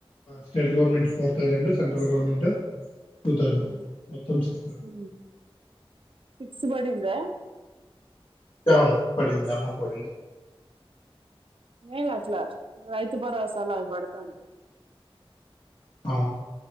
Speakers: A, on the left; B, on the right.
A: state government four thousand central government two థౌజండ్
B: ఆ
A: మొత్తం సిక్స్
B: ఊ సిక్స్ బడిందా
A: ఆ పడింది అమ్మకు పడింది
B: మెయిన్ అట్లా రైతు భరోస అలు అది బడతంటె
A: అవును